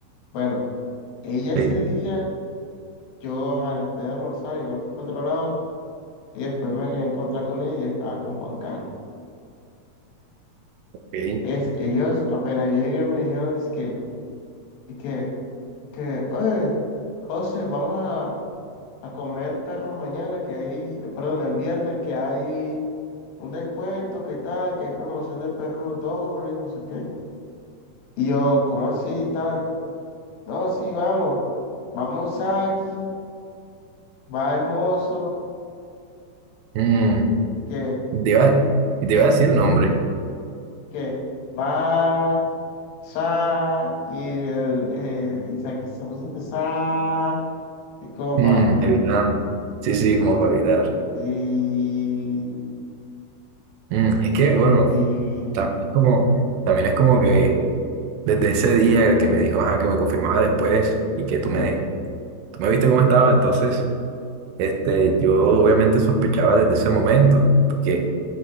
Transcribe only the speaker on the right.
sí,
ok.
Mm,
te iba, te iba a decir el nombre,
mm, evitando, sí, sí, como para evitar.
Mm, es que, bueno,
también es como, también es como que... Desde ese día que me dijo, ajá, que me confirmaba después y que tú
me,
tú me viste cómo estaba, entonces, este, yo obviamente sospechaba desde ese momento, porque, o